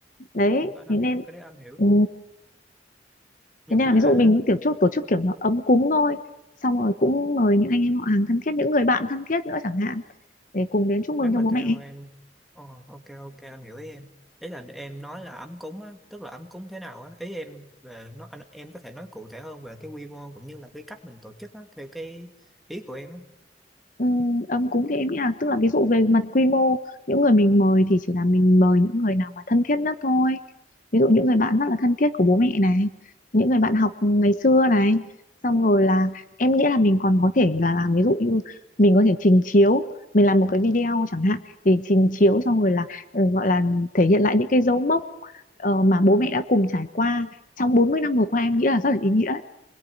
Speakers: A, on the left (about 50°); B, in the centre.
A: Đấy,
B: anh
A: thế
B: anh
A: nên
B: hiểu cái đấy anh hiểu
A: ừ,
B: nhưng
A: thế nên
B: mà
A: là
B: hả,
A: ví dụ mình kiểu chút tổ chức kiểu nó ấm cúng thôi xong rồi cũng mời những anh em họ hàng thân thiết những người bạn thân thiết nữa chẳng hạn để cùng đến chúc mừng
B: nếu mà
A: cho bố
B: theo
A: mẹ
B: em oh, ok ok anh hiểu ý em ý là em nói là ấm cúng á tức là ấm cúng thế nào á ý em về nó anh em có thể nói cụ thể hơn về cái quy mô cũng như là cái cách mình tổ chức á theo cái ý của em á
A: Ừm, ấm cúng thì em nghĩ là tức là ví dụ về mặt quy mô những người mình mời thì chỉ là mình mời những người nào mà thân thiết nhất thôi ví dụ những người bạn rất là thân thiết của bố mẹ này những người bạn học ngày xưa này xong rồi là em nghĩ là mình còn có thể là làm ví dụ như mình có thể trình chiếu mình làm một cái video chẳng hạn thì trình chiếu xong rồi là ừ, gọi là thể hiện lại những cái dấu mốc ờ, mà bố mẹ đã cùng trải qua trong 40 năm vừa qua em nghĩ là rất là ý nghĩa đấy.